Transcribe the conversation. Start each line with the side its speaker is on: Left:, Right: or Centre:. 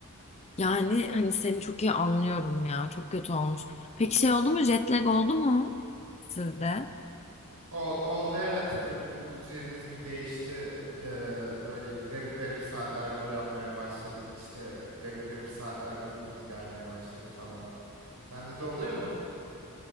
Left: Yani hani seni çok iyi anlıyorum ya. Çok kötü olmuş. Peki şey oldu mu? Jet lag oldu mu sizde?
Right: Ol- oldu evet böyle bu uyku düzenimiz bir değişti. Ee, böyle garip garip saatlerde uyanmaya başladık. İşte bu garip garip saatlerde uykumuz gelmeye başladı falan. Sende de oluyor mu?